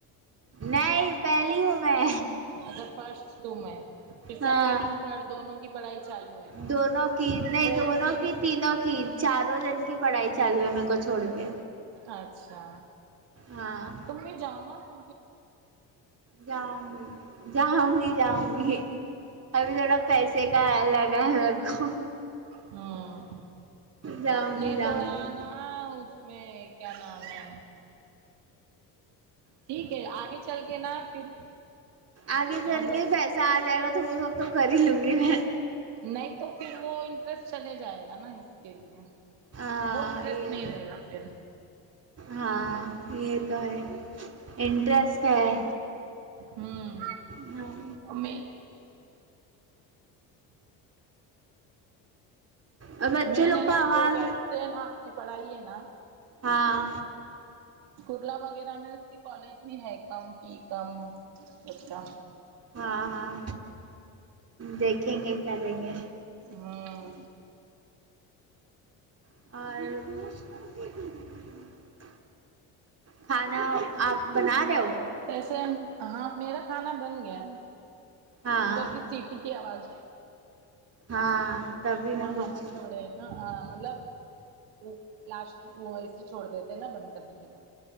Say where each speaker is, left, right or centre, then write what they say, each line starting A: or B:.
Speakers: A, on the right (about 35°); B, on the right (about 70°).
A: نہیں پہلی ہوں میں
B: اگر فرسٹ تو میں پھر
A: ہاں
B: سیکنڈ اور تھرڈ دونوں کی پڑھائی چالو ہے
A: دونوں کی نہیں
B: فورتھ
A: دونوں
B: بھی
A: کی تینوں کی چاروں جن کی پڑھائی چالو ہے مکو چھوڑ کے
B: اچھا
A: ہاں
B: میں جانا تو
A: جاؤں گی جاؤں گی جاؤں گی ابھی تھوڑا پیسے کا لگا ہے میں کو
B: ہاں
A: جاؤں
B: نہیں
A: گی جاؤں
B: تھوڑا
A: گی
B: آنا ہاں اس میں کیا نام ہے ٹھیک ہے آگے چل کے نا پھر
A: آگے چل
B: ہم لوگ
A: کے پیسہ آ جائے گا تو وہ سب تو کر ہی لوں گی میں
B: نہیں تو پھر وہ انٹرسٹ چلے جائے گا نا اس کے لیے
A: ہاں
B: وہ انٹرسٹ
A: یہ
B: نہیں رہے گا پھر
A: ہاں یہ تو ہے انٹرسٹ ہے
B: ہوں
A: ہاں
B: میں
A: اور بچے
B: میں
A: لوگ
B: نے
A: کا
B: نا
A: آواز
B: جو بیچ سے ہے نا آپ کی پڑھائی ہے نا
A: ہاں
B: کرلا وغیرہ میں اس کے کالج بھی ہے کم فی کم اس کا
A: ہاں ہاں دیکھیں گے کریں گے
B: ہاں
A: اور کھانا آپ بنا رہے ہو
B: کیسے ہاں میرا کھانا بن گیا
A: ہاں
B: کوکر کی سیٹی کی آواز
A: ہاں تبھی میں
B: مہاوا
A: پوچھی
B: چھوڑے اں مطلب وہ لاسٹ وہ اے سی چھوڑ دیتے نا بند کرنے کے بعد